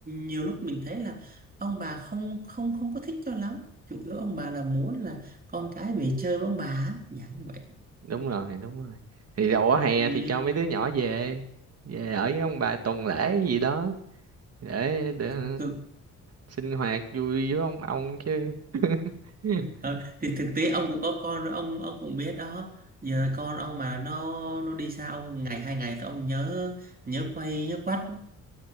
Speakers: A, on the right; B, on the right.
A: nhiều lúc mình thấy là ông bà không không không có thích cho lắm chủ yếu ông bà là muốn là con cái về chơi với ông bà á, dạng như vậy
B: đúng rồi đúng rồi thì đầu hè
A: ừ,
B: thì cho mấy đứa nhỏ về về ở với ông bà tuần lễ gì đó để để ờ,
A: thực, thực,
B: sinh hoạt vui với ông ông chứ <laughs>
A: ờ, thì thực tế ông cũng có con rồi ông ông cũng biết đó giờ con ông mà nó nó đi xa ông ngày hai ngày thì ông nhớ nhớ quay nhớ quắt